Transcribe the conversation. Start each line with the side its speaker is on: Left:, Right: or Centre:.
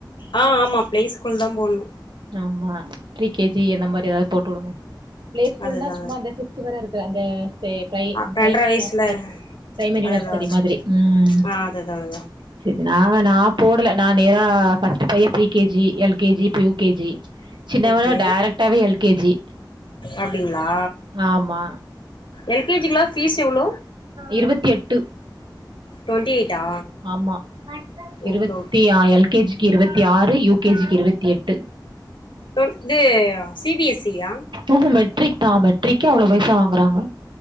Left: ஆ ஆமா பிளே ஸ்கூல்தா போணு
Right: ஆமா பிரி கே ஜி என்ன மாரி எதாவ்து போட்டுடுங்க ஃப்ளே ஸ்கூல்னா
Left: அதுதா
Right: சும்மா இந்த குட் ட்டு வர இருக்க அந்த சேர் பிரை
Left: அ ரெண்ட்ர
Right: பிரைமரி
Left: வயசுல
Right: நர்சரி பிரைமரி
Left: அதுதா
Right: நர்சரி மாதிரி ம்
Left: ஆ அதுதா அதுதா
Right: செரி நா நா போடல நா நேரா ஃபஸ்ட்டு பைய pre K G L K G இப்ப யூ கே ஜி சின்னவன
Left: ஓகே
Right: டேரக்டாவே எல் கே ஜி
Left: அப்டிங்களா
Right: ஆமா
Left: எல் கே ஜி க்குலா ஃபீஸ் எவ்ளோ
Right: இருவத்தி எட்டு
Left: டுவெண்ட்டி எயிட்டா
Right: ஆமா
Left: ஓகே
Right: இருவத்தி
Left: ஓகே
Right: ஆ எல் கே ஜி க்கு இருவத்தி ஆறு யூ கே ஜி க்கு இருவத்தி எட்டு
Left: அ இது சி பி எஸ் சி யா
Right: ம் ம் மேட்ரிக் தா மேட்ரிகிக்கே அவ்ளோ பைசா வாங்குறாங்க